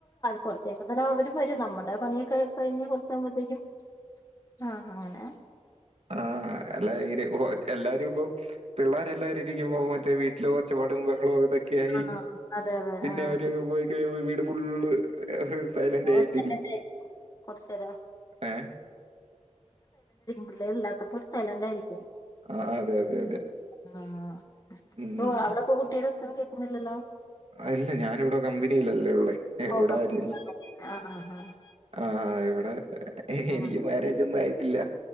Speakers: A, on the left; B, on the right.
A: കുറച്ച് കയ്യുമ്പത്തിന് അവരും വരും. നമ്മടെ പണിയൊക്കെ കഴിഞ്ഞ് പുറത്തിറ ആ അങ്ങനെ
B: ആഹ് അല്ല എല്ലാരും ഇപ്പൊ പിള്ളേരെ എല്ലാരു ഇരിക്കുമ്പൊ മറ്റെ മറ്റേ വീട്ടിലൊ ഒച്ചപാടും ബഹളൊതൊക്കയായി
A: ആഹ് അതെ അതെ
B: പിന്നെ
A: ആഹ്
B: അവര് പോയി കയ്യുമ്പൊ വീട് <unintelligible> ഏ ഹ്സൈലന്റ് ആയിട്ടിരിക്ക
A: ഒരു സെക്കൻഡ് കുറച്ച് നേരം
B: ഏ
A: പിള്ളേരില്ലാത്തപ്പൊ ഒര് സ്ഥലണ്ടായ്നിലെ
B: ആ അതെ അതെ അതെ
A: ഉം ആഹ്
B: ഉം
A: പൊ അവിടൊക്കെ കുട്ടീടെ ഒച്ചെന്നും കേൾക്കുന്നില്ലല്ലോ
B: അല്ല ഞാനിവിടെ കമ്പനിയിലല്ലേ ഉള്ളേ ഇവിടെ
A: ഓക്കം
B: ആരൂല്ല
A: ആഹ് ആഹ് ആഹ്
B: ആഹ് ഇവിടെ അ
A: ആഹ്
B: എനിക്ക് മാര്യേജ് ഒന്നും ആയിട്ടില്ല